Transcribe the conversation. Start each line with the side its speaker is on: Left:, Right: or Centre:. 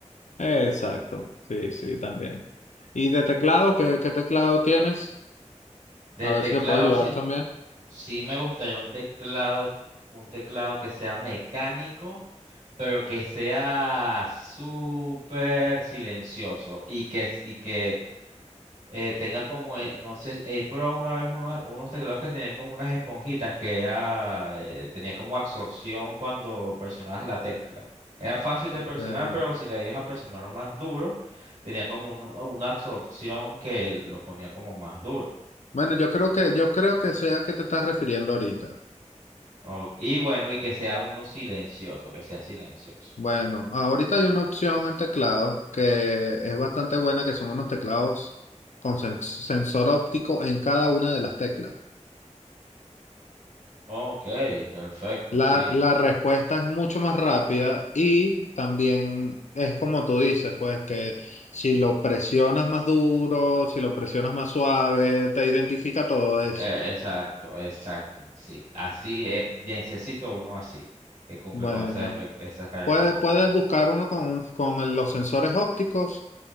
Left: exacto, sí, sí, también. ¿Y de teclado? ¿Qué, qué teclado tienes?
Right: De
Left: A
Right: teclado,
Left: ver si te puedo ayudar
Right: sí,
Left: también.
Right: sí me gustaría un teclado, un teclado que sea mecánico, pero que sea súper silencioso y que, y que eh, tenga como, eh, no sé, he probado una vez unos, unos teclados que tenían como unas esponjitas que era, eh, tenía como absorción cuando presionabas la tecla. Era fácil de
Left: Ok.
Right: presionar, pero si le ibas a presionar más duro, tenía como un- una absorción que lo ponía como más duro.
Left: Bueno, yo creo que, yo creo que sea a qué te estás refiriendo ahorita.
Right: O- y bueno, y que sea uno silencioso, que sea silencioso.
Left: Bueno, ahorita hay una opción en teclados que es bastante buena, que son unos teclados con sen- sensor óptico en cada una de las teclas.
Right: Ok, perfecto,
Left: La,
Right: sí.
Left: la respuesta es mucho más rápida y también es como tú dices, pues que si lo presionas más duro, si lo presionas más suave, te identifica todo eso.
Right: Eh, exacto, exacto, sí. Así, eh, necesito uno así, que cumple
Left: Bueno,
Right: con esas, espe- esas características.
Left: puedes, puedes buscar uno con, un- con el- los sensores ópticos